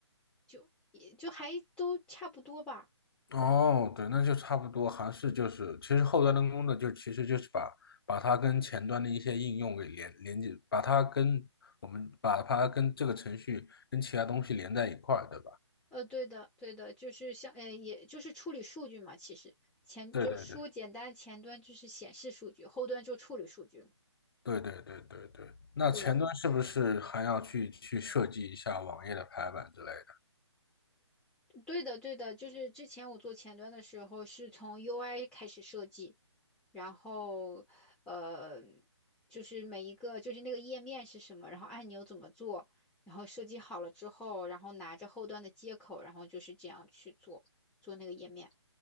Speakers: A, in the centre; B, on the left (about 50°).
A: 就也就还都差不多吧。
B: 哦，对，那就差不多。还是就是，其实后端的工作就其实就是把把它跟前端的一些应用给连连接，把它跟我们把它跟这个程序跟其他东西连在一块儿，对吧？
A: 呃，对的，对的，就是像，呃，也就是处理数据嘛，其实前就说简单，
B: 对对对
A: 前端就是显示数据，后端就处理数据嘛。
B: 对对对对对。那前端是不是还要去去设计一下网页的排版之类的？
A: 对。对的，对的，就是之前我做前端的时候是从 UI 开始设计，然后呃，就是每一个就是那个页面是什么，然后按钮怎么做，然后设计好了之后，然后拿着后端的接口，然后就是这样去做做那个页面。